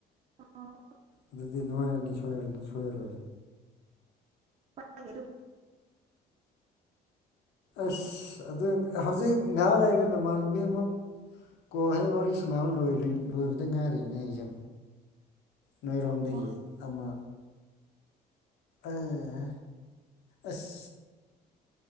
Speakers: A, on the right; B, on the left.
A: ꯑ
B: ꯑꯗꯨꯗꯤ ꯅꯨꯡꯉꯥꯏꯔꯅꯤ ꯁꯣꯏꯔꯅ ꯁꯣꯏꯔꯔꯣꯏ
A: ꯍꯒꯦꯗꯤ
B: ꯑꯁ ꯑꯗꯨ ꯍꯧꯖꯤꯛ ꯉꯥꯏꯍꯥꯛ ꯂꯩꯔꯒ ꯅꯃꯥꯟꯅꯕꯤ ꯑꯃꯨ ꯀꯁꯣꯏ ꯋꯥꯔꯤꯔꯤ ꯁꯅꯥꯕ ꯂꯣꯏ ꯂꯕꯗ ꯉꯍꯥꯔꯤ ꯉ ꯅꯣꯏꯔꯣꯝꯗꯒꯤ
A: ꯑꯣ
B: ꯑꯃ ꯎꯥ ꯑꯁ